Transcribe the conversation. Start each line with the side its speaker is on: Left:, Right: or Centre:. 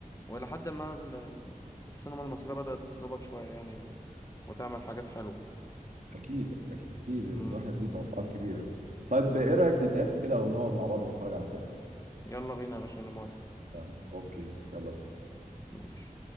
Left: وإلى حد ما ال- السينما المصرية بدأت تتظبط شوية يعني وتعمل حاجات حلوة
Right: اكيد اكيد الواحد
Left: مم.
Right: ليه توقعات كبيرة طيب
Left: مم.
Right: ايه رايك نتقابل كده ونقعد مع بعض نتفرج على فيلم
Left: يلا بينا يا باشا أنا موافق
Right: يعني اوكي يلا بينا.
Left: ماشي